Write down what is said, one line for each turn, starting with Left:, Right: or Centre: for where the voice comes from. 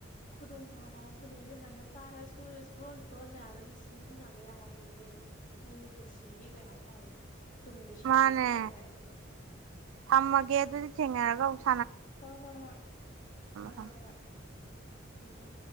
Left: ꯈꯨꯗꯣꯡ ꯆꯥꯕꯕꯨꯅꯦ ꯏꯕꯃꯟꯅ ꯅꯆꯥ ꯅꯁꯨꯗꯁꯨ꯫ ꯁꯨꯑꯣꯟ ꯁꯨꯑꯣꯟ ꯃꯌꯥꯝꯗꯨꯅ ꯁꯤꯖꯤꯟꯅꯕ ꯌꯥ ꯍꯧꯗꯣꯏꯅꯦ ꯅꯪꯒꯤ ꯄꯨꯟꯁꯤꯒꯤ ꯀꯩ ꯍꯥꯏꯇꯥꯔꯦ꯫ ꯇꯨꯡꯒꯤ ꯁꯦꯚꯤꯡꯅꯦ
Right: ꯃꯥꯅꯦ
Left: ꯍꯥꯏꯇꯥꯔꯦ ꯑꯗꯨꯗꯣ
Right: ꯊꯃꯒꯦ ꯑꯗꯨꯗꯤ ꯊꯦꯡꯉꯔ <unintelligible>
Left: ꯍꯣꯏ ꯍꯣ ꯍꯣꯏ ꯍꯣꯏ
Right: ꯊꯝꯃꯣ
Left: ꯍꯣꯏ ꯍꯣꯏ꯫ ꯍꯂꯣ꯫